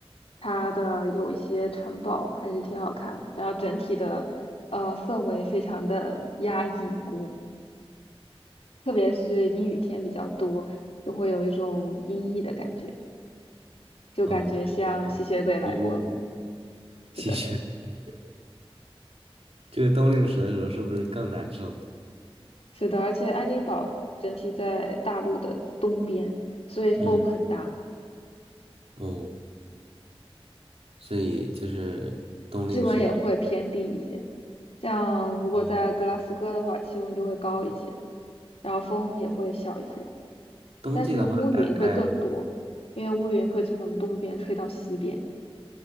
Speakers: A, on the left; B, on the right.
A: 它的有一些城堡还是挺好看的，然后整体的呃氛围非常的压抑鼓，特别是阴雨天比较多，就会有一种阴翳的感觉，就感觉像吸血鬼来过了。
B: 哦，就是一种忧郁、吸血。
A: 是的。
B: <laughs> 这个冬令时的时候是不是更难受？
A: 是的，而且爱丁堡整体在大陆的东边，所以风很大，
B: 嗯，哦，所以就是冬令时的时候，
A: 气温也会偏低一些。像如果在格拉斯哥的话，
B: 哦，
A: 气温就会高一些，然后风也会小一些，
B: 冬季的话大概，
A: 但是乌云会更多，因为乌云会从东边吹到西边。